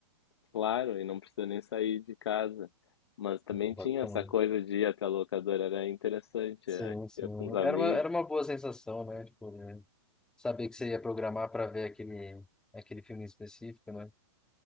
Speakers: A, on the left (about 65°); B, in the centre.
A: Claro, e não precisa nem sair de casa. Mas também
B: Então,
A: tinha essa coisa de ir até a locadora, era interessante,
B: Sim,
A: é,
B: sim.
A: tinha com os amigos.
B: Era uma, era uma boa sensação, né? Tipo, né? Saber que você ia programar para ver aquele, aquele filme específico, né?